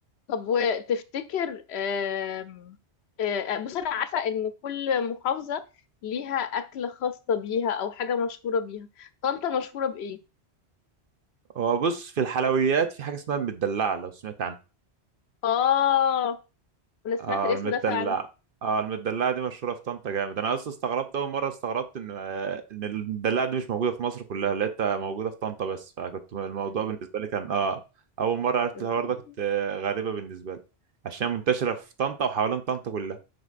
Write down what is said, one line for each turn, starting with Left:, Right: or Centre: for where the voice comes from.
Left: طب وتفتكر آم، آه، آه، بص انا عارفه ان كل محافظه ليها اكله خاصه بيها او حاجه مشهوره بيها طنطا مشهوره بايه
Right: هو بص في الحلويات في حاجة اسمها المدلعة لو سمعت عنها
Left: اه انا سمعت
Right: اه
Left: الاسم
Right: المدلع
Left: ده فعلا
Right: اه المدلعة دي مشهورة في طنطا جامد انا اصلا استغربت اول مرة استغربت ان آه، ان المدلعة دي مش موجودة في مصر كلها لقيتها موجودة في طنطا بس فكنت الموضوع بالنسبة لي كان اه اول مرة عرفت
Left: بجد
Right: الحوار ده كنت آه، غريبة بالنسبة لي عشان منتشرة في طنطا وحوالين طنطا كلها